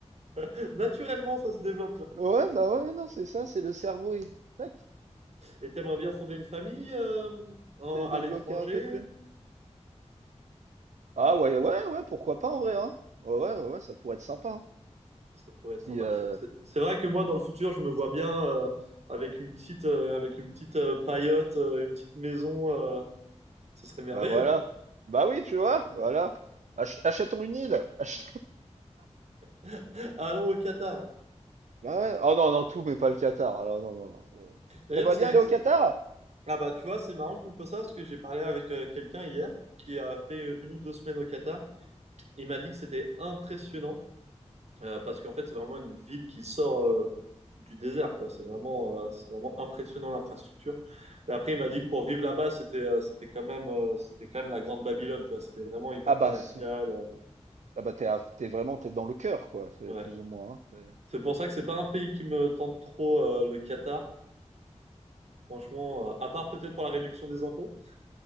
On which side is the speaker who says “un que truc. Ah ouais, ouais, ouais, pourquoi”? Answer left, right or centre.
Right